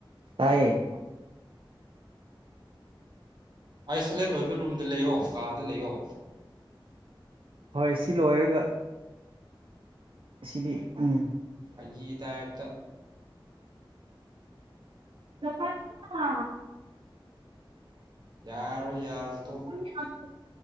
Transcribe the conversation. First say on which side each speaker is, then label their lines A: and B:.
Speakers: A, on the right; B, on the right.
A: ꯇꯌꯦ
B: ꯑꯥꯏꯁꯣꯂꯦꯠ ꯑꯣꯏꯕ ꯔꯨꯝꯗ ꯂꯩꯌꯣ ꯀꯥꯗ ꯂꯩꯌꯣ
A: ꯍꯣꯏ ꯁꯤ ꯂꯣꯏꯔꯒ ꯁꯤꯗꯤ ꯎꯝ
B: ꯐꯥꯒꯤꯤ ꯇꯥꯏꯞꯇ
A: ꯇꯄꯥ ꯊ
B: ꯌꯥꯔꯣꯏ ꯌꯥꯔꯣꯏ ꯇꯣ
A: <inaudible>